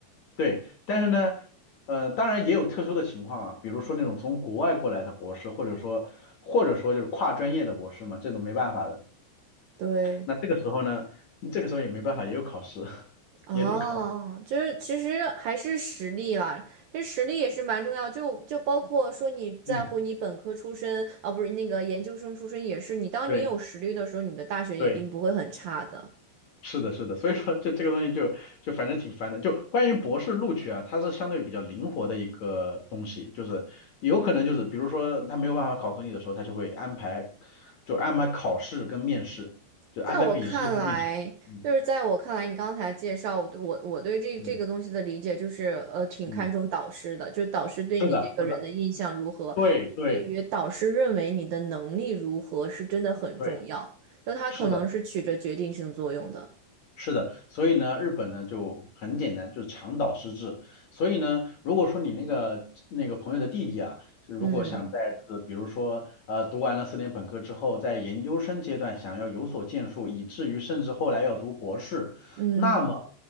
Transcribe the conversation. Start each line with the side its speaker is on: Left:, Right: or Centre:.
Left: 对，但是呢，呃，当然也有特殊的情况啊，比如说那种从国外过来的博士，或者说或者说就是跨专业的博士嘛，这种没办法的。
Right: 对。
Left: 那这个时候呢，这个时候也没办法，也有考试，<laughs>
Right: 哦，
Left: 也得考。
Right: 就是其实还是实力啦，其实实力也是蛮重要，就就包括说你在乎你本科出身啊，
Left: 嗯，
Right: 不是那个研究生出身也是，你当你有实力的时候，
Left: 对
Right: 你的大学一定不会很差的。
Left: 对，是的，是的。所以说这这个东西就就反正挺烦的。就关于博士录取啊，它是相对比较灵活的一个东西，就是有可能就是比如说他没有办法考核你的时候，他就会安排就安排考试跟面试，就安排笔试跟面试。
Right: 在我看来，
Left: 嗯
Right: 就是在我看来，你刚才介绍我对我我对这这个东西的理解就是，
Left: 嗯
Right: 呃，挺看重导师的，
Left: 嗯，
Right: 就是导师对你这个人的印象如何，
Left: 是的，是的，对对
Right: 以及于导师认为你的能力如何，是真的很重要，
Left: 对，
Right: 就他可能是起着决定性作用的。
Left: 是的。是的，所以呢，日本呢就很简单，就是墙倒失治。所以呢，如果说你那个那个朋友的弟弟啊，就如果想在就是比如说呃读完了四年本科之后，
Right: 嗯
Left: 在研究生阶段想要有所建树，以至于甚至后来要读博士，
Right: 嗯，
Left: 那么